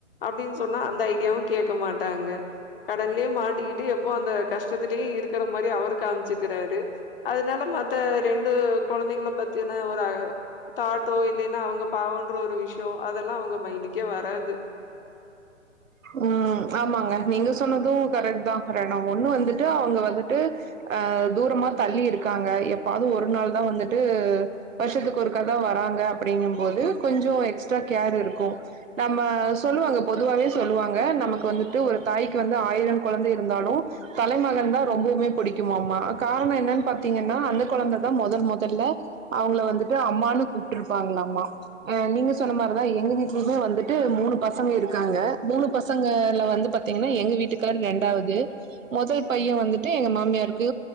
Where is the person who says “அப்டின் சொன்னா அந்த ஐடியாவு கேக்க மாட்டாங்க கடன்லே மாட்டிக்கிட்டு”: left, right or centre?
Left